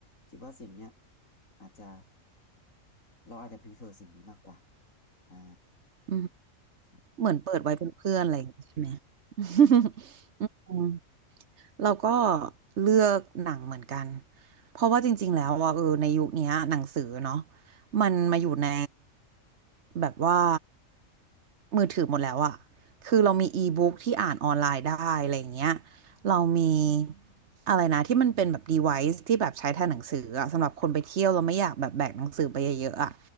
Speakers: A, on the left; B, on the right.
A: คิดว่าสิ่งเนี้ยอาจจะเราอาจจะ prefer สิ่งนี้มากกว่าอ่า
B: อืม
A: ครับ
B: เหมือนเปิดไว้เป็นเพื่อนอะไรอย่างงี้ใช่ไหม
A: พี่บอล
B: <laughs> อืมเราก็เลือกหนังเหมือนกันเพราะว่าจริงๆแล้วว่าเออในยุคเนี้ยหนังสือเนาะมันมาอยู่ในแบบว่า มือถือหมดแล้วอะคือเรามีอีบุ๊กที่อ่านออนไลน์ได้อะไรอย่างเงี้ยเรามีอะไรนะที่มันเป็นแบบ device ที่แบบใช้แทนหนังสืออะสำหรับคนไปเที่ยวเราไม่อยากแบบแบกหนังสือไปเยอะๆอะ